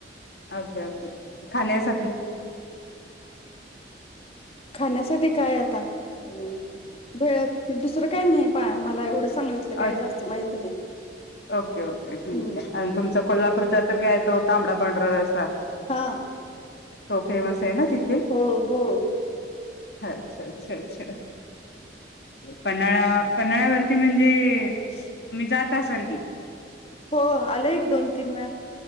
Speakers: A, on the left (about 60°); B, on the left (about 35°).
A: ओके ओके खाण्यासाठी
B: खाण्यासाठी काय आता हम् भेळ दुसरं काही नाही पा मला एवढं सांगलीतलं
A: अच्छा
B: काही जास्त माहिती नाही
A: ओके ओके ठीक
B: हम्म
A: आहे आणि तुमचा कोल्हापूरचा तर काय य तो तांबडा पांढर रसा
B: हा
A: तो फेमस आहे ना तिथे
B: हो हो
A: ह अच्छा अच्छा अच्छा पन्हाळा पन्हाळ्यावरती म्हणजे तुम्ही जात असाल की
B: हो आलं एक दोन तीन वेळा